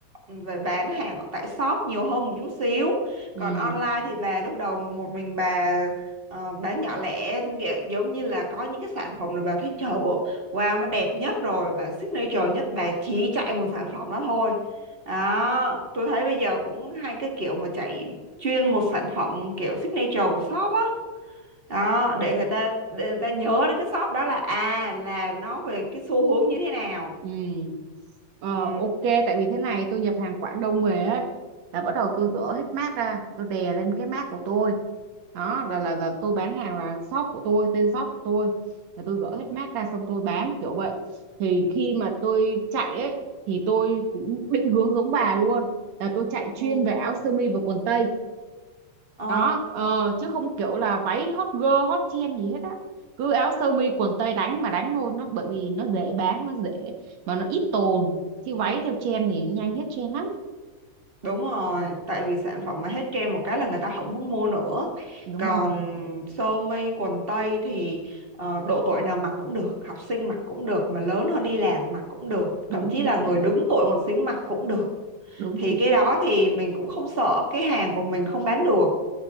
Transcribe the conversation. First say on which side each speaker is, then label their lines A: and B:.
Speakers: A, on the right; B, on the right.
A: về bán hàng ở tại shop nhiều hơn một chút xíu
B: ừ
A: còn online thì bà lúc đầu một mình bà ờ, bán nhỏ lẻ nghĩa- giống như là có những cái sản phẩm là bà thấy trời ơi, wow nó đẹp nhất rồi bà signature nhất bà chỉ chạy một sản phẩm đó thôi đó tôi thấy bây giờ cũng hay cái kiểu mà chạy chuyên một sản phẩm kiểu signature của shop á đó để người ta để người ta nhớ đến cái shop đó là à là nó về cái xu hướng như thế nào
B: Ừ. Ờ,
A: ừ
B: ok tại vì thế này tôi nhập hàng Quảng Đông về ấy là bắt đầu tôi gỡ hết mác ra tôi đè lên cái mác của tôi đó là là là tôi bán hàng là shop của tôi tên shop của tôi là tôi gỡ hết mác ra xong tôi bán kiểu vậy thì khi mà tôi chạy ấy thì tôi cũng định hướng giống bà luôn là tôi chạy chuyên
A: ừ
B: về áo sơ mi và quần tây
A: ờ
B: đó ờ, chứ không kiểu là váy hot girl hot trend gì hết á cứ áo sơ mi quần tây đánh mà đánh thôi nó bởi vì nó dễ bán nó dễ mà nó ít tồn chứ váy theo trend thì nhanh hết trend lắm
A: Đúng rồi, tại vì sản phẩm mà hết trend một cái là người ta không muốn mua nữa.
B: đúng
A: Còn
B: rồi
A: sơ mi quần tây thì ờ, độ tuổi nào mặc cũng được, học sinh mặc cũng được, mà lớn hơn đi làm mặc cũng được,
B: đúng
A: thậm chí
B: chính
A: là người
B: xác
A: đứng tuổi một xíu mặc cũng được.
B: đúng
A: Thì
B: chính
A: cái
B: xác
A: đó thì mình cũng không sợ cái hàng của mình không bán được.